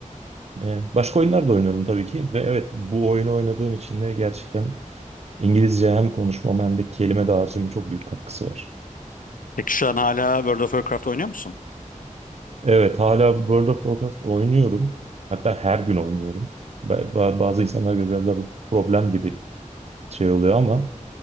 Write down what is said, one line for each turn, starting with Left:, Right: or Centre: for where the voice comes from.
Right: Ee, başka oyunlar da oynuyorum tabii ki. Ve evet bu oyunu oynadığım için de gerçekten İngilizce hem konuşmama hem de kelime dağarcığıma çok büyük katkısı var.
Left: Peki şu an hala World of Warcraft oynuyor musun?
Right: Evet, hala World of Warcraft oynuyorum. Hatta her gün oynuyorum. Ba- ba- Bazı insanlar göre biraz da problem gibi şey oluyor ama